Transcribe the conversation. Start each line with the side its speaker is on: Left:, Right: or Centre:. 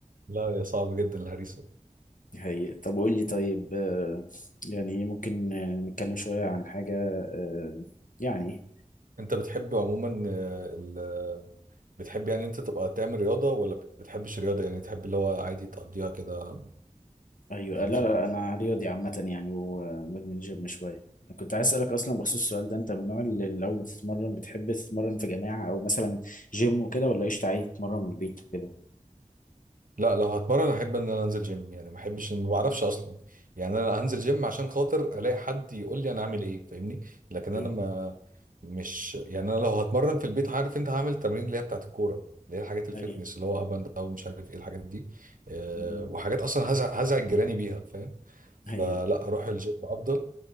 Right: لا يا صعبة جدا الهريسة
Left: هي طب قول لي طيب آه، يعني ممكن آه، نتكلم شويه عن حاجه آه، يعني
Right: انت بتحب عموما آه، ال... بتحب يعني انت تبقى تعمل رياضة ولا بت- بتحبش الرياضة يعني تحب اللي هو عادي تقضيها كده
Left: ايوه
Right: يعني
Left: لا
Right: في
Left: لا انا رياضي عامه يعني ومدمن جيم شويه أنا كنت عايز اسالك اصلا بخصوص السؤال ده انت من النوع اللي لو بتتمرن بتحب تتمرن في جماعه او مثلا جيم وكده ولا قشطه عادي تتمرن من البيت وكده
Right: لا لو هتمرن احب ان انا انزل جيم يعني ما احبش ما بعرفش اصلا يعني انا هنزل جيم عشان خاطر الاقي حد يقول لي انا اعمل ايه فاهمني لكن
Left: ايوه
Right: انا ما مش يعني انا لو هتمرن في البيت عارف انت هعمل التمرين اللي هي بتاعت الكوره اللي هي الحاجات الفتنس
Left: ايوه
Right: اللي هو اب اند داون مش عارف ايه الحاجات دي أه
Left: م- م.
Right: وحاجات اصلا هزع هزعج جيراني بيها فاهم فلا
Left: هي
Right: اروح الجيم افضل